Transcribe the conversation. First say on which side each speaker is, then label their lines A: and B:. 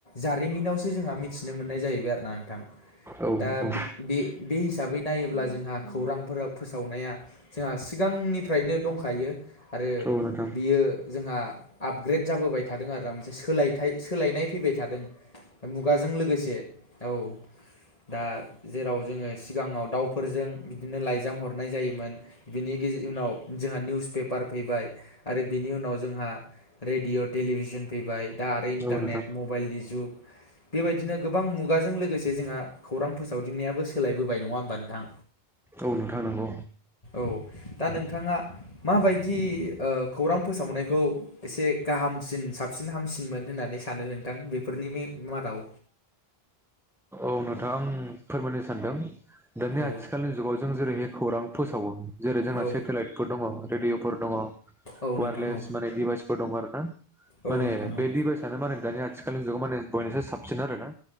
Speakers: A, on the left; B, in the centre.
A: जारिमिनावसो जोंहा मिथिनो मोननाय जाहैबाय आरोना नोंथां।
B: औ
A: दा
B: नोंथां
A: बे-बे हिसाबै नायोब्ला जोंहा खौरांफोराव फोसावनाया जोंहा सि गांनिफ्रायनो दंखायो आरो
B: औ नोंथां औ नोंथां औ नोंथां
A: बियो जोंहा आपग्रेद जाबोबाय थादों आरोना मोनसे सोलायथाय सोलायनाय फैबाय थादों। मुगाजों लोगोसे औ दा जेराव जोङो सिगाङाव दावफोरजों बिदिनो लाइजाम हरनाय जायोमोन बिनि गेज उनाव जोंहा निउस पेपार फैबाय आरो बिनि उनाव जोंहा रेडिय टेलिभिसन फैबाय दा आरो इन्टारनेट
B: औ
A: मबाइलनि जुग बेबायदिनो गोबां मुगाजों लोगोसे जोंहा खौरां फोसावदिंनायाबो सोलायबोबाय नङा होमबा नोंथां
B: औ नोंथां नोंगौ
A: औ दा नोंथाङा माबायदि ओ खौरां फोसावनायखौ एसे गाहामसिन साब सिन हामसिनमोन होननानै सानो नोंथां बेफोरनि मे मादाव
B: औ नोंथाङा आं फोरमायनो सानदों दानि
A: औ
B: आथिखालनि जुगाव जों जेरैहाय खौरां फोसावो जेरै जोंना
A: औ
B: सेटेलाइटफोर दङ रेडिअफोर दङ
A: औ नोंथां
B: वारलेस
A: औ
B: माने डिभाइसफोर दङ आरो ना।
A: औ
B: माने
A: नोंथां
B: बे
A: औ
B: डिभाइसानो माने दानि आथिखालनि जुगाव माने बयनिसु साबसिन आरोना